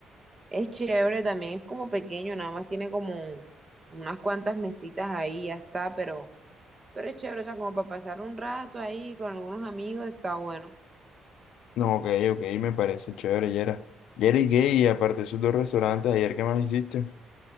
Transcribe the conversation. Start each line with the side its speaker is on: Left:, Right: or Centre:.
Right: Es chévere, también es como pequeño, nada más tiene como un- unas cuantas mesitas ahí, ya está, pero, pero es chévere, o sea, como para pasar un rato ahí con algunos amigos, está bueno.
Left: No, ok, ok, me parece chévere, Yera. Yera y Gay, y aparte de esos dos restaurantes, ayer, ¿qué más hiciste?